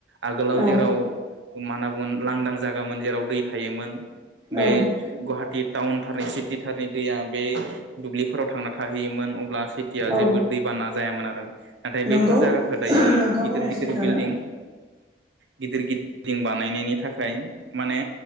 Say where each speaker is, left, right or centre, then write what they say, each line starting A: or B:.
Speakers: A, on the right; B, on the right.
A: आगोलाव
B: औ
A: जेराव मा होनना बुगोन लांदां जागामोन जेराव दै थायोमोन
B: औ
A: बे गुवाहाटि टाउन थारनि सिटि थारनि दैया बे दुब्लिफोराव थांना थाहैयोमोन। ब्ला सिटिया
B: औ
A: जेबो दैबाना जायामोन आरो नाथाय बैफोर
B: नंगौ
A: जायगाखौ दायो
B: नोंथां
A: गिदिर
B: बुंनाया
A: गिदिर
B: सैथोआनो
A: बिल्डिं गिदिर गिदिरं बानायनायनि थाखाय माने